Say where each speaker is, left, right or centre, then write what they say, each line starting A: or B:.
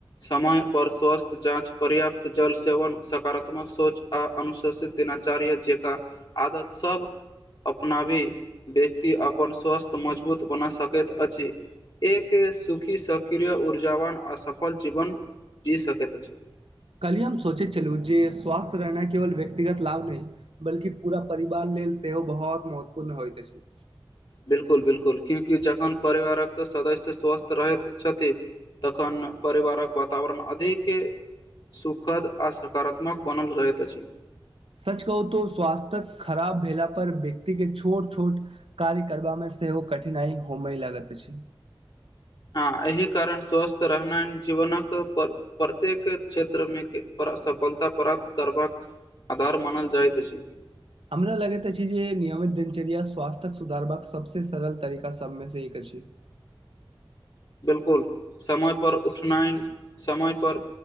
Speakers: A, on the left; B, on the right.
A: समय पर स्वस्थ्य जाँच पर्याप्त जल सेवन सकारात्मक सोच आ अनुशूचित देश आचार्य जेका आदत सभ अपनाबी व्यक्ति व्यक्ति अपन स्वास्थ्य मजबूत बना सकैत अछि एक सुखी सक्रिय ऊर्जा अपन असफल जीवन जी सकैत अछि
B: कल्हि हम सोचैत छललू जे स्वास्थ्य रहना केवल व्यक्तिगत लाभ नहि बल्कि पूरा परिवार लेल सेहो बहुत महत्वपूर्ण होइइत अछि
A: बिलकुल बिलकुल क्योकि जखन परिवारक सदस्य स्वस्थ रहैत छथिन तखन परिवारक वातावरण अधिक सुखद आ सकारात्मक बनल रहैत अछि
B: सच कहू त स्वास्थ्य खराब भेलला पर व्यक्ति के छोट छोट कार्य करबामे स से ओ कठिनाइ होमे लागत अछी
A: हँ एहि कारण स्वस्थ रहना जीवनक प्रत्येक क्षेत्रम केे प्र सफलता प्राप्त करबाक आधार मानल जाइत अछि
B: हमरा लगैत अछि जे नियमित दिनचर्या स्वास्थ्यक सुधारबाक सबसे सरल तरीका सबमे से एक अछि अछि
A: <inaudible> बिलकुल समय पर उठनाइ समय पर